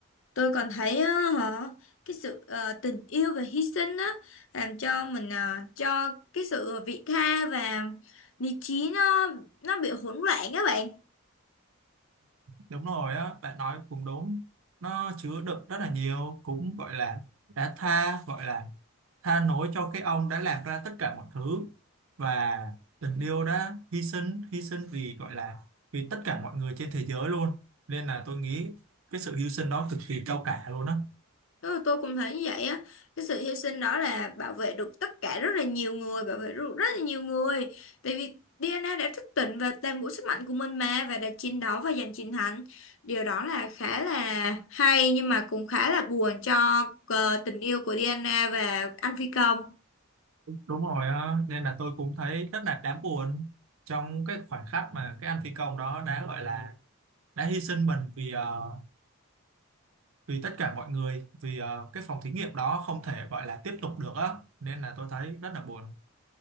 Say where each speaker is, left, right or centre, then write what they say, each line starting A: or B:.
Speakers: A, on the left (about 60°); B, on the right (about 65°).
A: tôi còn thấy á, họ cái sự ờ, tình yêu và hy sinh á làm cho mình ờ, cho cái sự vị tha và lý trí nó nó bị hỗn loạn các bạn.
B: đúng rồi á bạn nói cũng đúng nó chứa đựng rất là nhiều cũng gọi là đã tha gọi là tha lỗi cho cái ông đã làm ra tất cả mọi thứ và tình yêu đã hy sinh hy sinh vì gọi là vì tất cả mọi người trên thế giới luôn nên là tôi nghĩ cái sự hy sinh đó cực kỳ cao cả luôn á
A: Tôi, tôi cũng thấy như vậy á cái sự hy sinh đó là bảo vệ được tất cả rất là nhiều người bảo vệ được rất là nhiều người tại vì DNA đã thức tỉnh và toàn bộ sức mạnh của mình mà và đã chiến đấu và giành chiến thắng điều đó là khá là hay nhưng mà cũng khá là buồn cho ờ, tình yêu của DNA và anh phi công
B: đúng rồi á, nên là tôi cũng thấy rất là đáng buồn trong cái khoảnh khắc mà cái anh phi công đó đã gọi là đã hy sinh mình vì ờ, vì tất cả mọi người vì ờ, cái phòng thí nghiệm đó không thể gọi là tiếp tục được á nên là tôi thấy rất là buồn